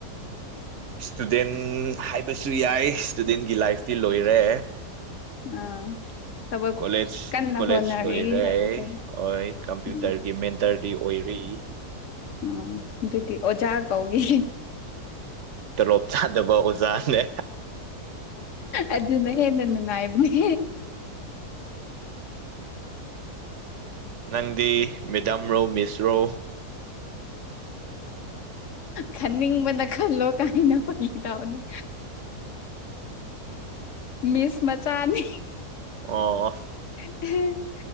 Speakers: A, on the right; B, on the left.
A: ꯏꯁ꯭ꯇꯨꯗꯦꯟ ꯍꯥꯏꯕꯁꯨ ꯌꯥꯏ ꯏꯁ꯭ꯇꯨꯗꯦꯟꯒꯤ ꯂꯥꯏꯐꯇꯤ ꯂꯣꯏꯔꯦ
B: ꯑꯥ ꯊꯕꯛ
A: ꯀꯣꯂꯦꯖ
B: ꯀꯟꯅ
A: ꯀꯣꯂꯦꯖ
B: ꯍꯣꯠꯅꯔꯤ
A: ꯂꯣꯏꯔꯦ
B: ꯍꯥꯏꯕ ꯑꯩꯈꯣꯏ
A: ꯍꯣꯏ ꯀꯝꯄ꯭ꯌꯨꯇꯔꯒꯤ
B: ꯎꯝ
A: ꯃꯦꯟꯇꯔꯗꯤ ꯑꯣꯏꯔꯤ
B: ꯑꯣ ꯑꯗꯨꯗꯤ ꯑꯣꯖꯥ ꯀꯧꯒꯦ
A: ꯇꯣꯂꯣꯞ ꯆꯥꯗꯕ ꯑꯣꯖꯥꯅꯦ
B: ꯑꯗꯨꯅ ꯍꯦꯟꯅ ꯅꯨꯡꯉꯥꯏꯕꯅꯦ
A: ꯅꯪꯗꯤ ꯃꯦꯗꯥꯝ ꯔꯣ ꯃꯤꯁꯔꯣ
B: ꯈꯟꯅꯤꯡꯕꯅ ꯈꯜꯂꯣ ꯀꯥꯏꯅ <unintelligible> ꯅꯦ ꯃꯤꯁ ꯃꯆꯥꯅꯦ
A: ꯑꯣ
B: <unintelligible>